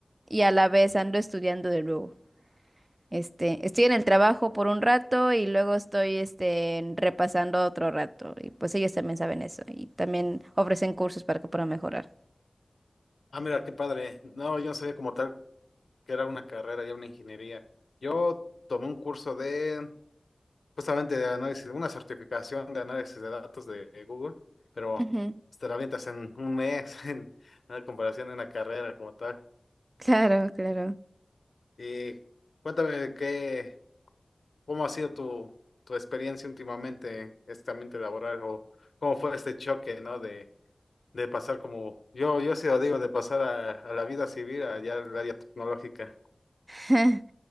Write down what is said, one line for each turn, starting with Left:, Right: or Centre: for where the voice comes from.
Right: y a la vez ando estudiando de nuevo. Este, estoy en el trabajo por un rato y luego estoy este, repasando otro rato. Y pues ellos también saben eso y también ofrecen cursos para que puedan mejorar.
Left: Ah, mira, qué padre. No, yo no sabía como tal que era una carrera, ya una ingeniería. Yo tomé un curso de, justamente de análisis, una certificación de análisis de datos de, de Google, pero
Right: Ujú.
Left: pues, te la avientas en un mes, <laughs> en, en comparación de una carrera como tal.
Right: Claro, claro.
Left: Y cuéntame qué, cómo ha sido tu, tu experiencia últimamente, este ambiente laboral, o cómo fue este choque, ¿no? De, de pasar como, yo, yo sí lo digo, de pasar a, a la vida civil, allá al área tecnológica.
Right: <laughs>